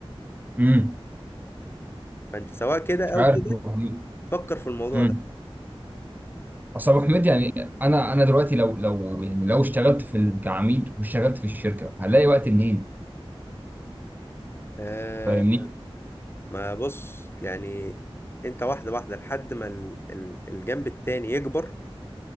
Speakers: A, on the right (about 20°); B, on the left (about 25°).
A: امم
B: فانت سواء كده
A: مش
B: او
A: عارف
B: كده
A: ابو حميد
B: فكر في الموضوع
A: امم
B: ده
A: اصل ابو حميد يعني انا انا دلوقتي لو لو يعني لو اشتغلت في ال... كعميد واشتغلت في الشركه هلاقي وقت منين
B: آه
A: فاهمني
B: ما بص يعني انت واحدة واحدة لحد ما ال... ال- الجنب التاني يكبر